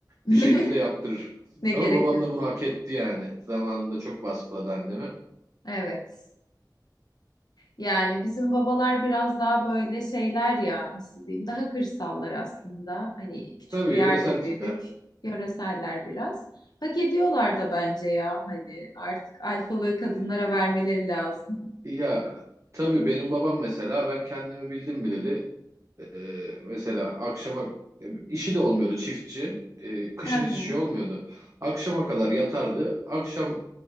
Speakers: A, on the left; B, on the right.
A: <laughs>
B: bir şekilde yaptırır.
A: Ne gerekiyorsa.
B: Ama babam da bunu hak etti yani zamanında çok baskıladı annemi.
A: Evet. Yani bizim babalar biraz daha böyle şeyler ya nasıl diyeyim daha kırsallar aslında. Hani küçük
B: Tabii
A: bir
B: yöresel
A: yerde büyüdük.
B: tipler.
A: Yöreseller biraz. Hak ediyorlar da bence ya hani artık alfalığı kadınlara
B: E,
A: vermeleri lazım.
B: ya tabii benim babam mesela ben kendimi bildim bileli Ee, mesela akşama e, işi de olmuyordu çiftçi. Ee, kışın
A: Hı hı.
B: hiç şey olmuyordu. Akşama kadar yatardı. Akşam